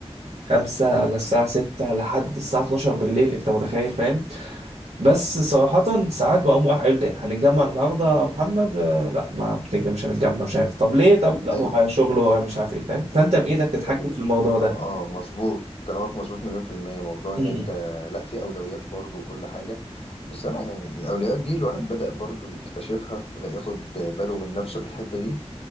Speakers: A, on the right; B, on the left.
A: خمسة على الساعة ستة لحد الساعة 12 بالليل انت متخيل فاهم بس صراحة ساعات بقوم راح قايل لي هنتجمع النهاردة يا محمد آه، لا ما بتنجم مش هنتجمع مش عارف طب ليه
B: <laughs>
A: طب لا ورايا
B: ايوه
A: شغل ورايا مش عارف ايه فاهم فانت بإيدك تتحكم
B: جميل
A: في الموضوع
B: اه
A: ده
B: اه آه، مظبوط كلامك مظبوط مليون في المية موضوع
A: م-م.
B: ان انت لا في اولويات برضو وكل حاجة بس انا يعني الاولويات دي الواحد بدأ برضو يكتشفها بدأ ياخد باله من نفسه في الحتة دي